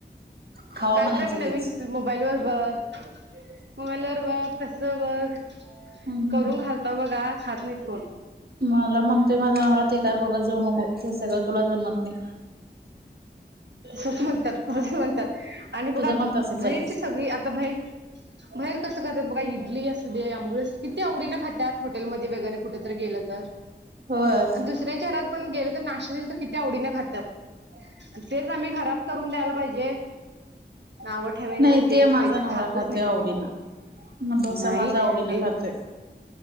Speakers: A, on the right; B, on the right.
A: खावा
B: काहीतरी
A: म्हणायचं
B: आम्ही नवीन
A: तेच
B: मोबाईलवर बघ मोबाईलवर बघ तस बघ.
A: हम्म
B: करून
A: हम्म
B: घालता बघा खात नाही कोण.
A: मला म्हणतोय माझा नवरा ते काय बघत जाऊ नको तसं काय तुला जमत नाही.
B: तस म्हणतात, तस म्हणतात आणि बघ
A: तुझं
B: आता
A: पण तसच
B: बहीरची
A: आहे.
B: सगळी आता बहीर बाहेर कसं खात्यात बघा इडली असू द्या आंबोळी असो किती आवडीने खात्यात हॉटेलमध्ये वगैरे कुठेतरी गेलं तर.
A: होय.
B: आणि दुसऱ्यांच्या घरात पण गेले तर नाशतल तर किती आवडीने खातात आणि तेच आम्ही घरात करून द्यायला पाहिजे. नावं ठेवायचं
A: नाही ते
B: ठेवायचं
A: माझा नवरा
B: खातच
A: खातोय
B: नाहीत
A: आवडीनं. मग डोसा
B: नाही
A: माझा आवडीनें
B: ए-
A: खातोय.